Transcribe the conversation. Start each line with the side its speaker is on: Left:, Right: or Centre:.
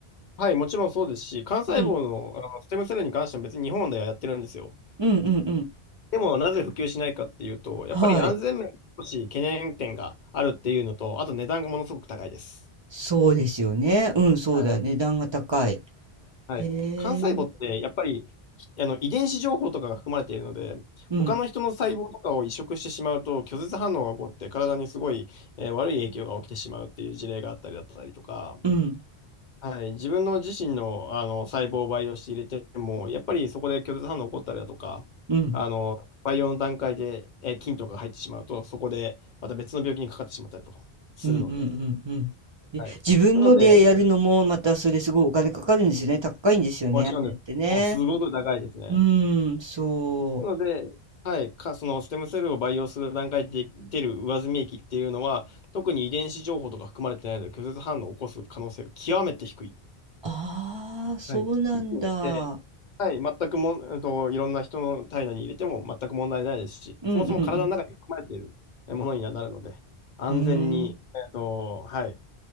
Left: はい、もちろんそうですし、幹細胞の、
Right: うん。
Left: あのステムセルに関しては別に日本ではやってるんですよ。
Right: うんうんうん。
Left: でも、なぜ普及しないかっていうと、
Right: はい。
Left: やっぱり安全面、少し懸念点があるっていうのと、あと値段がものすごく高いです。
Right: そうですよね。うん、そうだね。
Left: はい。
Right: 値段が高い。へ
Left: はい。
Right: え。
Left: 幹細胞って、やっぱり、あの、遺伝子情報とかが含まれているので、
Right: うん、
Left: 他の人の細胞とかを移植してしまうと、拒絶反応が起こって、体にすごい、えー悪い影響が起きてしまうっていう事例があったりだったりとか、
Right: うん、うん、
Left: はい、自分の自身の、あの細胞を培養して入れても、やっぱりそこで拒絶反応起こったりだとか、
Right: うん、
Left: あの培養の段階で、えー菌とかが入ってしまうと、そこでまた別の病気にかかってしまったりとかもするので、
Right: うん、うん、うん。で、
Left: はい、
Right: 自分のでやるのもまたそれすごいお金かかるんですよね。
Left: なので、
Right: 高いんですよね、
Left: もちろんです。
Right: あれってね。
Left: もうすごく高いですね。
Right: うーん、そう。
Left: なので、はい、か、そのステムセルを培養する段階で出る上澄み液っていうのは、特に遺伝子情報とか含まれてないので、拒絶反応を起こす可能性が極めて低い。
Right: ああ、そうなんだ。
Left: はい。なので、はい、全くも、えっと、いろんな人の体内に入れても全く問題ないですし、
Right: うんうんうん。
Left: そもそも体の中に含まれているえものにはなるので、安全に、
Right: うーん。
Left: えっと、はい、